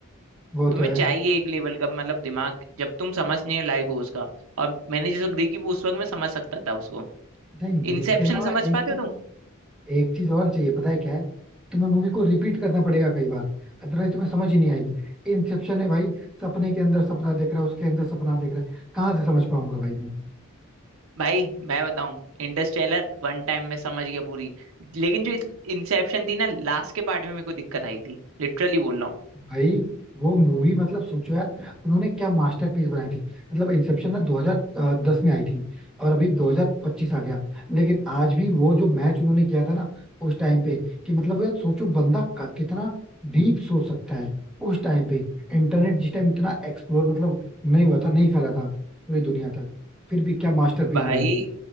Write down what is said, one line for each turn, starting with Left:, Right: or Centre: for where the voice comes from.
Centre: वो
Right: तुम्हें
Centre: तो है
Right: चाहिए एक लेवल का मतलब दिमाग जब तुम समझने लायक हो उसका और मैंने जिस वक्त देखी वो उस वक्त मैं समझ सकता था उसको
Centre: नहीं ये
Right: इंसेप्शन
Centre: इसके अलावा
Right: समझ
Centre: एक
Right: पाते
Centre: चीज
Right: हो तुम
Centre: एक चीज और चाहिए पता है क्या है तुम्हें मूवी को रिपीट करना पड़ेगा कई बार अदरवाइज तुम्हें समझ ही नहीं आएगी इंसेप्शन है भाई सपने के अंदर सपना देख रहा है उसके अंदर सपना देख रहा है कहाँ से समझ पाऊंगा भाई मैं
Right: भाई मैं बताऊं इंटरस्टेलर वन टाइम में समझ गया पूरी लेकिन जो इंसेप्शन थी ना लास्ट के पार्ट में मेरे को दिक्कत आई थी लिटरली बोल रहा हूँ
Centre: भाई वो मूवी मतलब सोचो यार उन्होंने क्या मास्टरपीस बनाई थी मतलब इंसेप्शन ना 2010 में आई थी और अभी 2025 आ गया लेकिन आज भी वो जो मैच उन्होंने किया था ना उस टाइम पे कि मतलब यार सोचो बंदा क- कितना डीप सोच सकता है उस टाइम पे इंटरनेट जिस टाइम इतना एक्सप्लोर मतलब नहीं हुआ था नहीं फैला था पूरी दुनिया तक फिर भी क्या मास्टरपीस
Right: भाई
Centre: बनाई थी